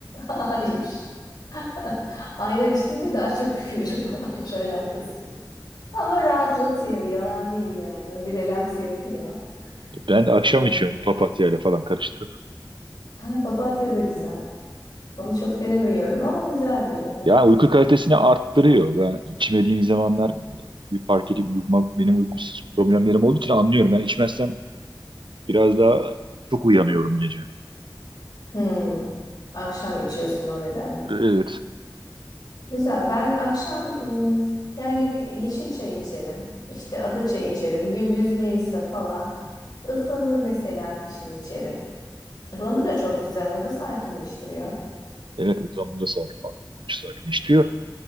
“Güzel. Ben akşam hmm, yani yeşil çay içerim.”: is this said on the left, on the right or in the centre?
Left